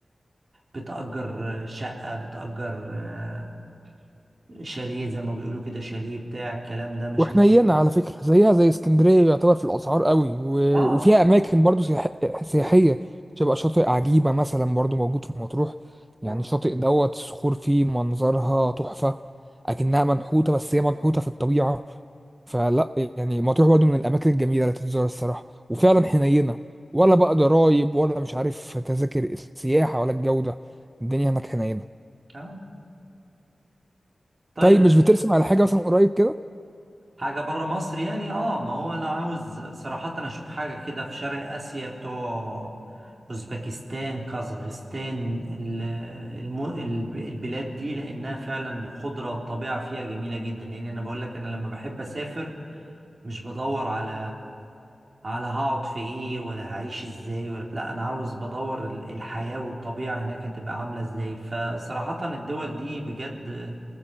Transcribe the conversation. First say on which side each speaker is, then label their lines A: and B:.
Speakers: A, on the right; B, on the right.
A: بتأجر شقة بتأجر آه، شاليه زي ما بيقولوا كده شاليه بتاع الكلام ده مش
B: وحنينة
A: لازم
B: على فكرة زيها زي اسكندرية يعتبر في الأسعار قوي و...
A: اه
B: وفيها أماكن برضو سياح... سياحية شبه شاطئ عجيبة مثلا برضو موجود في مطروح
A: آه.
B: يعني الشاطئ دوت الصخور فيه منظرها تحفة أكنها منحوتة بس هي منحوتة في الطبيعة فلا يعني مطروح برضو من الأماكن الجميلة اللي تتزار الصراحة وفعلا حنينة ولا بقى ضرايب ولا مش عارف تذاكر السياحة ولا الجودة الدنيا هناك حنينة
A: اه طيب
B: طيب مش بترسم على حاجة مثلا قريب كده
A: حاجة بره مصر يعني اه ما هو انا عاوز صراحة انا اشوف حاجة كده في شرق اسيا بتوع اوزبكستان كازغستان ال- الم- الب- البلاد دي لانها فعلا الخضرة والطبيعة فيها جميلة جدا لان انا بقول لك انا لما بحب اسافر مش بدور على على هقعد في ايه ولا هعيش ازاي ولا لا انا عاوز بدور ال- الحياة والطبيعة هناك هتبقى عاملة ازاي فصراحة الدول دي بجد